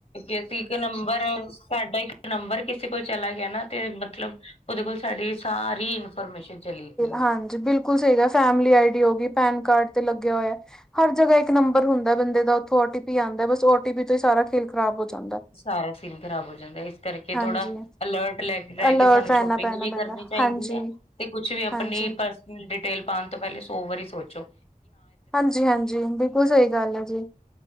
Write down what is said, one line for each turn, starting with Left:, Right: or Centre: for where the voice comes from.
Left: ਕੇ ਅਸੀਂ ਇੱਕ ਨੰਬਰ ਸਾਡਾ ਇੱਕ ਨੰਬਰ ਕਿਸੇ ਕੋਲ ਚਲਾ ਗਿਆ ਨਾ ਤੇ, ਮਤਲਬ ਉਹਦੇ ਕੋਲ ਸਾਡੀ ਸਾਰੀ ਇਨਫੋਰਮੇਸ਼ਨ ਚਲੀ ਗਈ ਹੈ
Centre: ਹਾਂਜੀ ਬਿਲਕੁਲ ਸਹੀ ਗੱਲ ਐ, ਫੈਮਲੀ ਆਈ ਡੀ ਹੋ ਗਈ, ਪੈਨ ਕਾਰਡ ਤੇ ਲੱਗਿਆ ਹੋਇਆ ਐ। ਹਰ ਜਗ੍ਹਾ ਇੱਕ ਨੰਬਰ ਹੁੰਦਾ ਬੰਦੇ ਦਾ, ਉਥੋਂ ਓ ਟੀ ਪੀ ਆਂਦਾ ਬਸ ਓ ਟੀ ਪੀ ਤੋਂ ਹੀ ਸਾਰਾ ਖੇਲ ਖਰਾਬ ਹੋ ਜਾਂਦਾ।
Left: ਸਾਰਾ ਸੀਨ ਖ਼ਰਾਬ ਹੋ ਜਾਂਦਾ, ਇਸ ਕਰਕੇ
Centre: ਹਾਂਜੀ
Left: ਥੋੜ੍ਹਾ ਅਲਰਟ ਲੈ ਕੇ ਰਹਿ
Centre: ਅਲਰਟ
Left: ਕੇ ਸਾਨੂੰ
Centre: ਰਹਿਣਾ
Left: ਸ਼ੋਪਿੰਗ
Centre: ਪੈਣਾ
Left: ਵੀ
Centre: ਪੈਂਦਾ
Left: ਕਰਨੀ ਚਾਹੀਦੀ
Centre: ਹਾਂਜੀ।
Left: ਹੈ। ਤੇ ਕੁਛ ਵੀ ਆਪਣੀ
Centre: ਹਾਂਜੀ
Left: ਪਰਸਨਲ ਡਿਟੇਲ ਪਾਉਣ ਤੋਂ ਪਹਿਲੇ ਸੌ ਵਾਰੀ ਸੋਚੋਂ।
Centre: ਹਾਂਜੀ ਹਾਂਜੀ, ਬਿਲਕੁਲ ਸਹੀ ਗੱਲ ਐ ਜੀ।